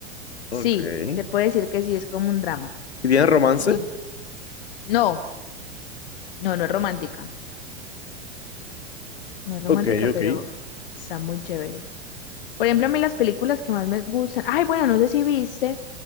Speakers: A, on the left; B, on the left.
A: sí,
B: Ok. ¿Y
A: se puede decir que sí, es como un drama.
B: tiene romance?
A: Muy- No, no, no es romántica, no es romántica,
B: Ok,
A: pero
B: ok.
A: está muy chévere. Por ejemplo, a mí las películas que más me gustan. Ay, bueno, no sé si viste